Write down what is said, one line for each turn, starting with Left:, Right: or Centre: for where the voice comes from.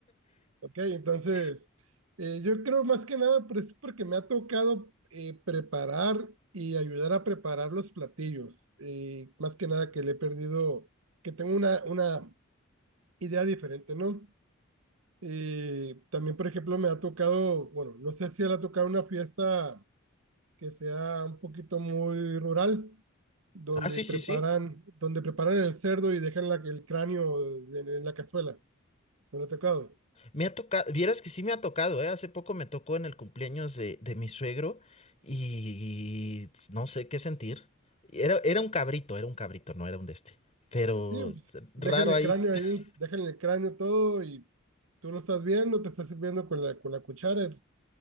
Right: Ok, entonces,
Left: <laughs>
Right: eh, yo creo más que nada, pues es porque me ha tocado eh, preparar y ayudar a preparar los platillos. Eh, más que nada que le he perdido, que tengo una, una idea diferente, ¿no? Eh, también, por ejemplo, me ha tocado, bueno, no sé si le ha tocado una fiesta que sea un poquito muy rural, donde
Left: Ah, sí,
Right: preparan,
Left: sí, sí.
Right: donde preparan el cerdo y dejan la- el cráneo en, en la cazuela. ¿No le ha tocado?
Left: Me ha tocado, vieras que sí me ha tocado, ¿eh? Hace poco me tocó en el cumpleaños de, de mi suegro y no sé qué sentir. Era, era un cabrito, era un cabrito, no era un de este. Pero
Right: Sí, pues,
Left: raro
Right: dejen el
Left: ahí.
Right: cráneo
Left: <laughs>
Right: ahí, dejen el cráneo todo y tú lo estás viendo, te estás sirviendo con la, con la cuchara y